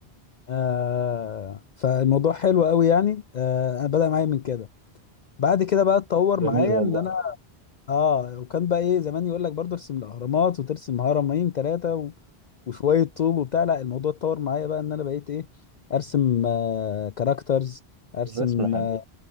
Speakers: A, on the left (about 55°); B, on the right (about 45°).
A: آه... فالموضوع حلو قوي يعني آه... انا بدأ معايا من كده بعد كده بقى اتطور
B: جميل
A: معايا
B: والله
A: ان انا اه وكان بقى ايه زمان يقول لك برضه ارسم الاهرامات وترسم هرمين ثلاثه و... وشويه طوب وبتاع لا الموضوع اتطور معايا بقى ان انا بقيت ايه ارسم آه كاركترز ارسم
B: الرسم حلو
A: آه,